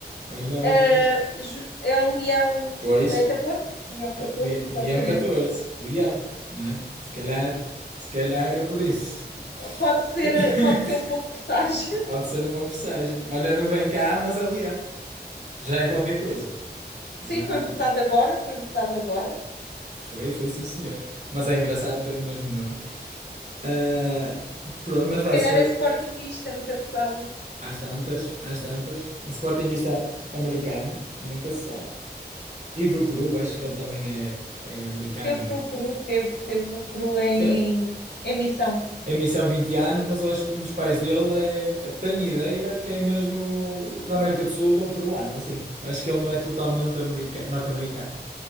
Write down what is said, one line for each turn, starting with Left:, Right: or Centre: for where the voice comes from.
Right: Olha, ainda bem
Left: Ah,
Right: que ficaste.
Left: Ju- é o Leão
Right: Pois,
Left: de- eh, 14, Leão
Right: eh,
Left: 14
Right: Le-
Left: exatamente.
Right: Leão catorze, Leão, não é? Se calhar, se calhar era por isso.
Left: Pode ser,
Right: <laughs>
Left: pode ser um bom presságio.
Right: Pode ser um bom presságio. Olha, não vem cá, mas é Leão. Já é qualquer coisa.
Left: <laughs> Sim,
Right: Já
Left: foi
Right: é.
Left: votado agora, foi votado agora.
Right: foi, foi sim, senhor. Mas é engraçado ter o mesmo nome. Ah, pronto, mas vai
Left: Se calhar
Right: ser
Left: é sportinguista, nunca se sabe.
Right: às tantas, às tantas. Um sportinguista americano, nunca se sabe. E do Peru, acho que ele também é, é americano.
Left: Teve
Right: E,
Left: no Peru,
Right: e,
Left: teve, teve no Peru em,
Right: Se-
Left: em missão.
Right: a missão 20 anos, mas eu acho que um dos pais dele é, tem ideia que é mesmo da América do Sul ou peruano, assim. Acho que ele não é totalmente america- norte-americano.